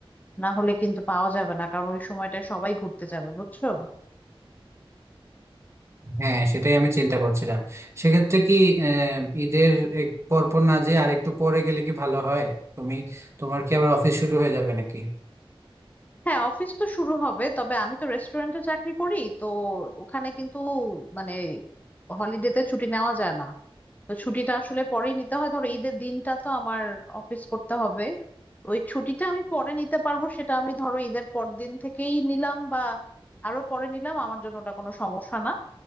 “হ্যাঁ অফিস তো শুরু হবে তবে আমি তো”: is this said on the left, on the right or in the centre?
Left